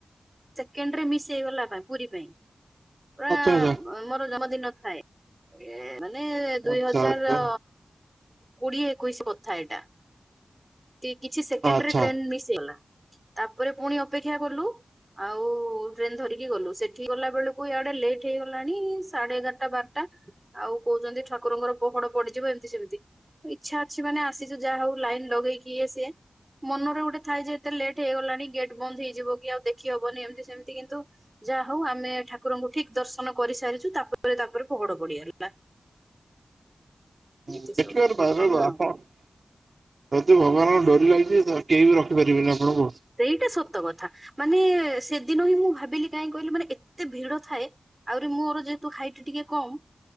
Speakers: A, on the right (about 25°); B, on the right (about 65°).
A: ସେକେଣ୍ଡରେ ମିଶ ହେଇଗଲା ପୁରୀ ପାଇଁ ପୁରା,
B: ଆଚ୍ଛା ଆଚ୍ଛା
A: ପା ମୋର ଜନ୍ମଦିନ ଥାଏ। ଏ ମାନେ ଦୁଇ
B: ଆଚ୍ଛା
A: ହଜାର
B: ଆଚ୍ଛା।
A: କୋଡିଏ ଏକୋଇଶ କଥା ଏଇଟା। କିଛି ସେକେଣ୍ଡରେ
B: ଆଚ୍ଛା
A: ଟ୍ରେନ ମିସ୍ ହେଇଗଲା ତାପରେ ପୁଣି ଅପେକ୍ଷା କଲୁ। ଆଉ ଟ୍ରେନ ଧରିକି ଗଲୁ ସେଠିକି ଗଲା ବେଳକୁ ଇଆଡେ ଲେଟ୍ ହେଇଗଲାଣି ସାଢେ ଏଗାରଟା ବାରଟା। ଆଉ କହୁଛନ୍ତି ଠାକୁରଙ୍କର ପହଡ ପଡିଯିବ ଏମିତି ସେମିତି। ଇଚ୍ଛା ଅଛି ମାନେ ଆସିଛୁ ଯାହା ହଉ ଲାଇନ ଲଗେଇକି ଇଏ ସିଏ। ମନରେ ଗୋଟେ ଥାଏ ଯେ ଏତେ ଲେଟ୍ ହେଇଗଲାଣି ଗେଟ୍ ବନ୍ଦ ହେଇଯିବ କି ଆଉ ଦେଖି ହବନି ଏମତି ସେମିତି କିନ୍ତୁ ଯାହା ହଉ ଆମେ ଠାକୁରଙ୍କୁ ଠିକ ଦର୍ଶନ କରିସାରିଛୁ ତାପରେ ତାପରେ ପହଡ ପଡିଗଲା। <unintelligible>
B: ହଁ
A: ଏମିତି
B: ଦେଖିବାରେ
A: ସବୁ ଘଟଣା
B: ବାରଣ ଆପ
A: ଆଉ।
B: ଯଦି ଭଗବାନଙ୍କ ଡୋରି ଲାଗିଛି କେହି ବି ରଖିପାରିବନି ଆପଣଙ୍କୁ।
A: ସେଇଟା ସତ କଥା ମାନେ ସେଦିନ ହିଁ ମୁଁ ଭାବିଲି କାହିଁ କହିଲି ମାନେ ଏତେ ଭିଡ ଥାଏ। ଆହୁରି ମୋର ଯେହେତୁ ହାଇଟ୍ ଟିକେ କମ।